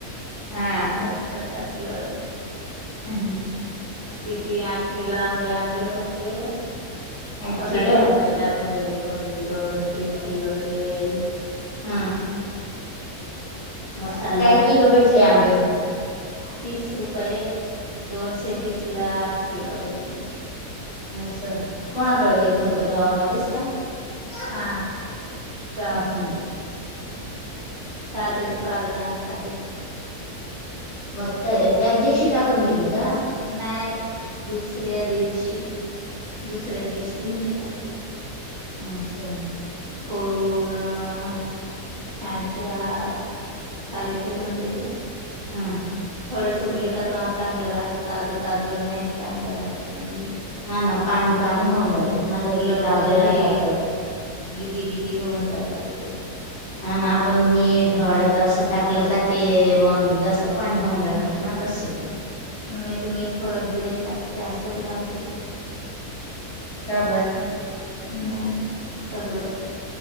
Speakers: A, on the left; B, on the right.
A: हा
B: लबचं टाकलं
A: हम्म
B: किती आठ किलो आंबे आणले होते.
A: आठ
B: हजार
A: किलो
B: एक रुपय लागून गेले कमली! दोन तीन किलो तेल
A: हम्म
B: मसाला
A: काय किलो भेटले आंबे
B: तीस रुपये दोनशे तीस ला आठ किलो भेटला
A: असं कोणाकडे घेतलं होतं गावामध्येच का
B: हा गावामध्ये
A: हम्म
B: ताजेच पाडून आणता ते
A: मग त्या अं त्याच दिवशी टाकून दिली का
B: नाही दुसऱ्या दिवशी दुसऱ्या दिवशी भी नाही टाकले
A: आसं
B: फोडून अं फॅनच्या खाली ठेवून दिले
A: हम्म
B: थोडे सुकले क तमा चांगलं राहतं ताजं ताजं नाही चांगलं राहतं कंबली
A: हा ना पाणी पाणी होऊन जातात ना ग ते
B: लवकर
A: ताजे राहतात
B: हे
A: तर
B: गिजीगिजी होऊन जातात ते
A: हा ना पण मीठ हळद अस टाकलं का ते मग जास्त पाणी होऊन राहातात ना तसे
B: मी तर मी थोडत बी नाही त्यात ते असंच राहु देते
A: का बरं
B: नाही सगळं